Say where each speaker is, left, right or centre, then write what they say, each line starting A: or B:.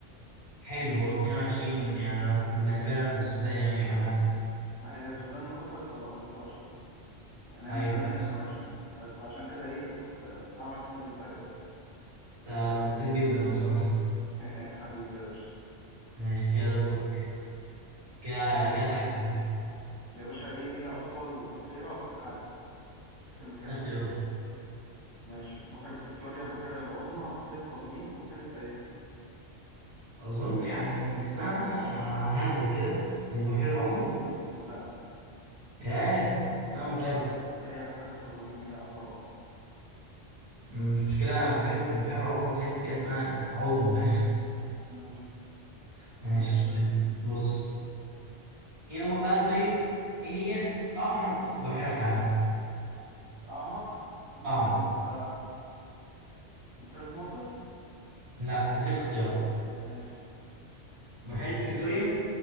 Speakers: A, on the right (about 65°); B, on the right (about 85°).
A: حلو هو 22 يعني بنعتبرها بالسودان يعني عامة
B: ما هي السودان انفصلت فبقوا 23 يعني هي
A: ايوه
B: من زمان
A: ماشي
B: 22 بس عشان كده إيه كنت أعمل حساب الفرق ده
A: ده دقيق جدا ما شاء الله
B: <laughs> حبيبي يا باشا
A: ماشي كده دورك كده
B: دور
A: كده تعالى على فكرة
B: يا باشا إيه هي أطول بحيرة في العالم حيث المساحة
A: هات اختيارات
B: ماشي بحيرة فيكتوريا بحيرة العظمى بحيرة قزوين بحيرة بايكل
A: اظن يعني من اسمها هابت كده البحيرة العظمى
B: لا
A: ياه اسمها
B: الأشهر
A: مخادع
B: هي بحيرة قزوين هي أكبر واحدة
A: المشكلة بحيرة البحيرة العظمى تحس كده اسمها عظمى فاهم
B: مم،
A: <laughs> ماشي
B: ماشي
A: طيب بص ايه هو بقى طيب ايه هي اعمق بحيرة في العالم
B: أعمق ممكن
A: اعمق
B: تبقى بحيرة ناصر
A: لا هديلك اختيارات
B: ماشي
A: بحيرة فيكتوريا